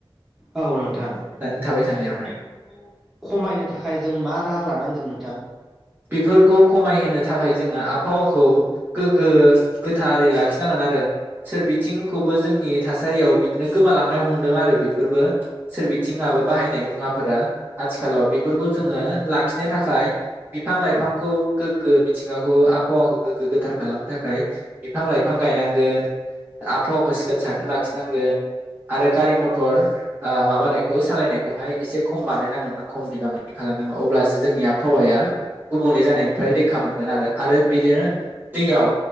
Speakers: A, in the centre; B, on the right.
A: औ नोंथां दा
B: दानि थाबाय थानायावहाय
A: बेखौ खमायनो थाखाय जों मा राहा लानांगोन नोंथां?
B: बेफोरखौ खमायहोनो थाखाय जोङो आबहावाखौ गोग्गो गोथारै लाखिनांगोन आरो सोरबिथिंखौबो जोंनि थासारियाव बिदिनो गोमालांनो हमदों आरो बेफोरबो सोरबिथिंयाबो बाहायनाय मुवाफोरा आथिखालाव बेफोरखौ जोङो लाखिनो थाखाय बिफां-लाइफांखौ गोग्गो मिथिंगाखौ आबहावाखौ गोग्गो गोथार खालामनो थाखाय बिफां-लाइफां गायनांगोन आबहावाखौ सिखोन-साखोन लाखिनांगोन आरो गारि-मथर आ माबानायखौ सालायनायखौहाय एसे खम बानायनांगोन खम बिबाङै खालामनांगोन अब्लासो जोंनि आबहावाया गुबुंले जानायनिफ्राय रैखा मोनगोन आरो आरो बिदिनो दैयाव